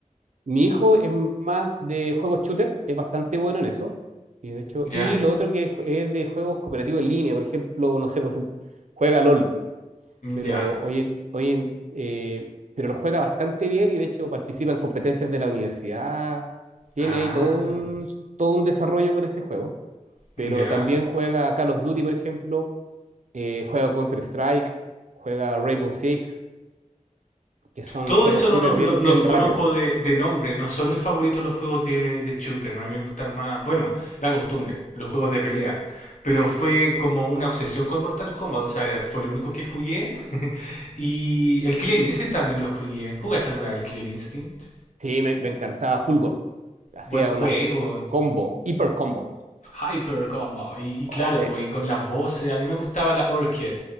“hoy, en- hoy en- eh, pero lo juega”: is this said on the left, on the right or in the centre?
Right